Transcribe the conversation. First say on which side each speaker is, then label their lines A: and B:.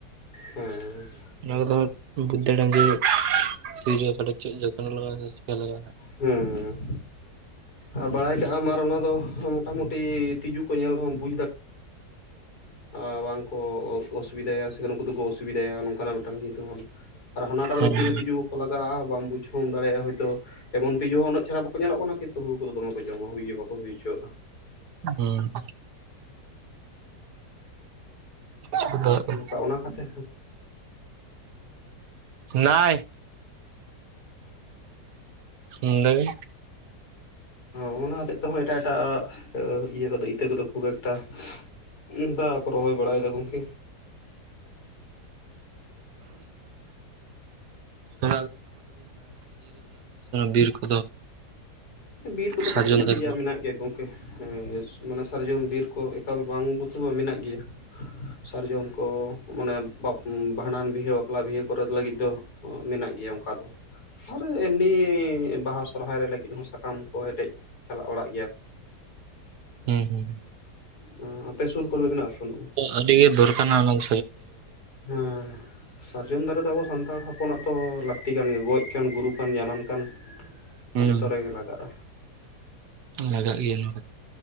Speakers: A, on the left; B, on the right.
A: ᱦᱮᱸ
B: ᱚᱱᱟ ᱠᱚᱫᱚᱟᱸᱜ ᱵᱩᱫᱽᱫᱟᱹ ᱰᱟᱸᱤ ᱛᱤᱨᱠᱟᱰᱟ ᱪᱮᱫ ᱡᱚᱛᱚᱱ ᱞᱟᱜᱼᱟ ᱥᱮ ᱪᱤᱠᱟ ᱞᱟᱜᱟᱜᱼᱟ᱾
A: ᱦᱮᱸ ᱦᱮᱸᱼᱼ ᱟᱨ ᱵᱟᱲᱟᱭ ᱠᱟᱜᱼᱟᱢ ᱟᱨ ᱚᱱᱟ ᱫᱚ ᱢᱚᱴᱟᱢᱩᱴᱤ ᱛᱤᱡᱩ ᱠᱚ ᱧᱮᱞ ᱨᱮᱦᱚᱢ ᱵᱩᱡᱽ ᱫᱟᱲᱮᱭᱟᱜᱼᱟ᱾ ᱵᱟᱝᱠᱚ ᱚᱥᱩᱵᱤᱫᱷᱟᱭᱟ ᱥᱮᱛᱩ ᱱᱩᱠᱩ ᱫᱚᱠᱚ ᱚᱥᱩᱵᱤᱫᱟ ᱭᱟ ᱱᱚᱝ ᱠᱟᱱᱟᱜ ᱢᱤᱫᱴᱟᱱ ᱡᱤᱱᱛᱩ ᱵᱚᱱᱼᱼ ᱟᱨ ᱦᱟᱱᱟᱴᱟᱜ ᱨᱮᱫᱚ
B: ᱦᱮᱸ
A: ᱛᱤᱨᱮ
B: ᱦᱮᱸ
A: ᱛᱤᱡᱩ ᱣᱚᱠᱚ ᱞᱟᱜᱟᱜᱼᱟ, ᱵᱟᱢ ᱵᱩᱡᱷᱟᱹᱢ ᱫᱟᱲᱮᱭᱟᱜᱼᱟ ᱦᱳᱭᱛᱳ! ᱮᱵᱚᱱ ᱛᱤᱡᱩ ᱦᱚᱸ ᱩᱱᱟᱹᱜ ᱪᱷᱮᱲᱟ ᱵᱟᱠᱚ ᱧᱮᱞᱚᱜ ᱠᱟᱱᱟ᱾ ᱠᱤᱱᱛᱩ ᱦᱩᱲᱩ ᱠᱚᱫᱚ ᱫᱚᱢᱮ ᱠᱚ ᱡᱚᱢᱟ, ᱦᱩᱭ ᱜᱮ ᱣᱟᱠᱚ ᱦᱩᱭ ᱪᱚᱣᱟᱜᱼᱟ᱾
B: ᱩᱸ, ᱪᱤᱠᱟᱹ ᱫᱟᱲᱮᱭᱟᱜᱼᱟ
A: ᱚᱱᱠᱟ ᱚᱱᱟ ᱠᱟᱛᱮᱦ ᱦᱚᱸ
B: ᱱᱟᱭ᱾ ᱱᱚᱰᱮ ᱜᱮ
A: ᱦᱚᱸ ᱚᱱᱟ ᱦᱚᱛᱮᱜ ᱛᱮᱦᱚᱸ ᱮᱴᱟᱜ ᱮᱴᱟᱜ ᱟᱜ, ᱟ ᱤᱭᱟᱹ ᱠᱚᱫᱚ, ᱤᱛᱟᱹ ᱠᱚᱫᱚ ᱠᱷᱩᱵ ᱮᱠᱴᱟ, ᱩᱸᱦ ᱵᱟᱠᱚ ᱨᱚᱦᱚᱭ ᱵᱟᱲᱟᱭᱮᱫᱟ ᱜᱚᱝᱠᱮ᱾
B: <inaudible> ᱵᱤᱨᱠᱚ?
A: ᱵᱤᱨ ᱠᱚᱫᱚ
B: ᱥᱟᱨᱡᱚᱢ
A: ᱠᱟᱹᱴᱤᱡ-ᱢᱟᱹᱴᱤᱡ
B: ᱫᱟᱨᱮ ᱠᱚ
A: ᱟᱜ ᱢᱮᱱᱟᱜ ᱜᱮ, ᱜᱚ ᱠᱮᱹᱦ ᱩᱸ ᱤᱥ ᱢᱟᱱᱮ ᱥᱟᱨᱡᱚᱢ ᱵᱤᱨ ᱠᱚ ᱮᱠᱟᱞ ᱵᱟᱝ ᱜᱩᱛᱩᱣᱟ ᱢᱮᱱᱟᱜ ᱜᱮᱭᱟ᱾ ᱥᱟᱨᱡᱚᱢ ᱠᱚ ᱢᱟᱱᱮ ᱵᱟᱵ ᱩᱸ ᱵᱷᱟᱸᱰᱟᱱ ᱵᱤᱦᱟᱹ, ᱵᱟᱯᱞᱟ ᱵᱤᱦᱟᱹ ᱠᱚ ᱞᱟᱹᱜᱤᱫ ᱫᱚ ᱚ ᱢᱮᱱᱟᱜ ᱜᱮᱭᱼᱟ, ᱚᱝᱠᱟ ᱫᱚ᱾ ᱟᱨ ᱮᱢᱱᱤ ᱵᱟᱦᱟ, ᱥᱚᱨᱦᱟᱭ ᱨᱮ ᱞᱟᱹᱜᱤᱫ ᱦᱚᱸ ᱥᱟᱠᱟᱢ ᱠᱚ, ᱦᱮᱰᱮᱡ ᱪᱟᱞᱟᱜ ᱵᱟᱲᱟᱜ ᱜᱮᱹᱭᱟ
B: ᱦᱩᱸ ᱦᱩᱸ
A: ᱚᱸ ᱟᱯᱮ ᱥᱩᱨ ᱠᱚᱨᱮ ᱢᱮᱱᱟᱜᱼᱟ ᱥᱮ ᱵᱟᱱᱩᱜᱼᱟ?
B: ᱟᱹᱰᱤᱜ ᱜᱮ ᱫᱚᱨᱠᱟᱱᱟ ᱜᱚᱝ
A: ᱦᱮᱸ, ᱥᱟᱨᱡᱚᱢ ᱫᱟᱨᱮ ᱫᱚ ᱟᱵᱚ ᱥᱟᱱᱛᱟᱲ ᱦᱚᱯ- -ᱯᱚᱱᱟᱜ ᱫᱚ ᱞᱟᱠᱛᱤ ᱠᱟᱱ, ᱜᱚᱡ ᱠᱟᱱ, ᱜᱩᱨᱩ ᱠᱟᱱ, ᱡᱟᱱᱟᱢ ᱠᱟᱱ
B: ᱦᱩᱸ
A: ᱡᱚᱛᱚ ᱨᱮᱜᱮ ᱞᱟᱜᱟᱜᱼᱟ᱾
B: ᱞᱟᱜᱟᱜ ᱜᱮᱹᱭᱟ ᱱᱚᱣᱟ ᱠᱚᱫ